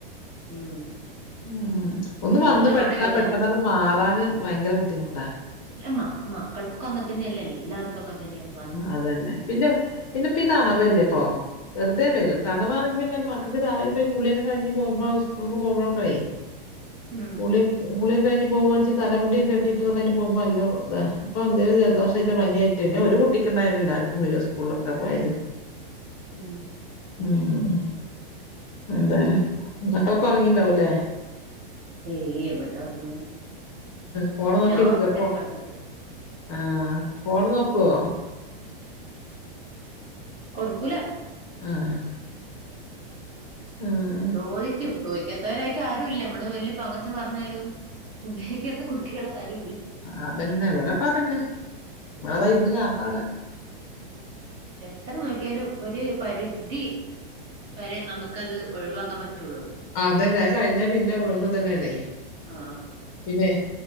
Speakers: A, on the right; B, on the left.
A: ഉം
B: ഉം ഒന്ന്
A: ഇപ്പൊ
B: വന്ന്
A: നല്ല
B: പെട്ടാ
A: മഴ പെയ്താല്
B: പെട്ടെന്ന അത് മാറാന് ഭയങ്കര ബുദ്ധിമുട്ടാ
A: ഏ മക്ക മക്കൾക്കൊക്കെ അങ്ങത്തന്നെയല്ലേ ല്ലാവർക്കും ക്ക തന്നെയവാ
B: അതന്നെ പിന്നെ പിന്നെപ്പ ഈ തണവല്ലേ ഇപ്പൊ വെറുതെ വെരും
A: ഉം
B: തണവാണെങ്കിൽ പിന്നെ മക്കക്ക് <unintelligible> കുളിയക്ക കഴഞ്ഞ് പോവുമ്പം സ്കൂൾക്ക് പോവുമ്പോക്കെ
A: ഉം
B: കുളി കുളിയൊക്കെ കഴിഞ് പോകവാണെചി തല മുടിയൊക്കെട്ടിട്ട് ഇതൊക്കായിട്ട് പോവുമ്പോ അല്ല ത അപ്പൊ എന്തങ്കിലും ജലദോഷമായിട്ടോ പനിയ പിന്നെ ഒരു കുട്ടിക്ക് ണ്ടായൽ എല്ലാർക്കും വരും സ്കൂളിലൊക്കെ പോയല്
A: ഉം
B: ഉം എന്താല
A: ഉം
B: മക്കളൊക്കെ ഒറങ്ങിണ്ടാവുംല്ലേ
A: ഏയ് എവിടെ ഉറങ്ങണ്
B: ഫോണ് നോക്കിയിരിക്കുവ
A: ഞാൻ ഉറങ്ങണ്ടരും
B: പോ
A: കടന്നിട്ട്
B: ആഹ് ഫോൺ നോക്കുവോ
A: കൊടുക്കൂല
B: ആഹ് ആ
A: ചോദിക്കും ചോദിക്കാത്തവരായിട്ട് ആരും ഇല്ല നമ്മള് വല്യ പൊങ്ങച്ചം പറഞ്ഞാലും ഉപയോഗിക്കാത്ത കുട്ടികൾ ആരുംല്ല
B: അതന്നെ ഇവിടെപ്പ അതന്നെ വതായിരുന്നു കാണം അവിടെ
A: എത്ര നോക്കിയാലും ഒരു പരിധി വരെ നമുക്കത് ഒഴിവാക്കാൻ പറ്റുള്ളൂ
B: ആഹ് അതന്നെ അ കഴിഞ്ഞാ പിന്നെ വീണ്ടും ഇതന്നേനെ
A: ആ
B: പിന്നെ